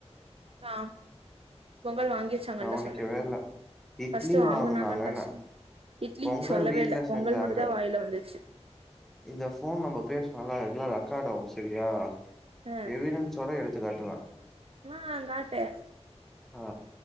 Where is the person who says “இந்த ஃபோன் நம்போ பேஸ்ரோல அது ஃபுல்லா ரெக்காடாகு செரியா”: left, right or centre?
Centre